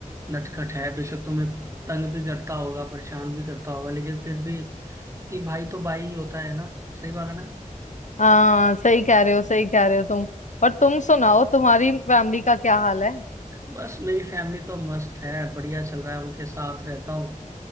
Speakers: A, on the right (about 20°); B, on the left (about 65°).
A: नटखट है बेशक तुम्हें तंग भी करता होगा परेशान भी करता होगा लेकिन फिर भी कि भाई तो भाई ही होता है ना सही बात है ना
B: हाँ सही कह रहे हो सही कह रहे हो तुम और तुम सुनाओ तुम्हारी फैमिली का क्या हाल है
A: बस मेरी फैमिली तो मस्त है बढ़िया चल रहा है उनके साथ रहता हूँ